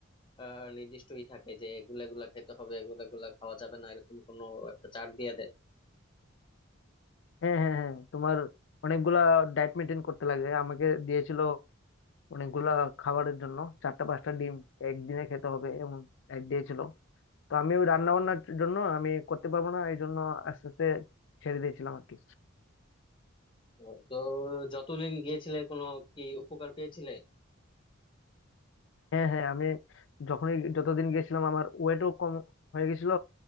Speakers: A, on the left; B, on the left.
A: আহ নির্দিষ্টই থাকে যে এগুলা এগুলা খেতে হবে এগুলা এগুলা খাওয়া যাবে না এরকম কোনো একটা চার্ট দিয়ে দেয়
B: হ্যাঁ হ্যাঁ হ্যাঁ তোমার অনেকগুলা ডায়েট মেনটেন করতে লাগে আমাকে দিয়েছিল অনেকগুলা খাবারের জন্য চারটা পাঁচটা ডিম একদিনে খেতে হবে এমন diet দিয়েছিল তো আমি ওই রান্না বান্নার জন্য আমি করতে পারবো না এই জন্য আস্তে আস্তে ছেড়ে দিয়েছিলাম আর কি
A: ও, তো যতদিন গিয়েছিলে কোনো কি উপকার পেয়েছিলে
B: হ্যাঁ হ্যাঁ আমি যখনই যতদিন গেছিলাম আমার ওয়েটও কম হয়ে গেছিল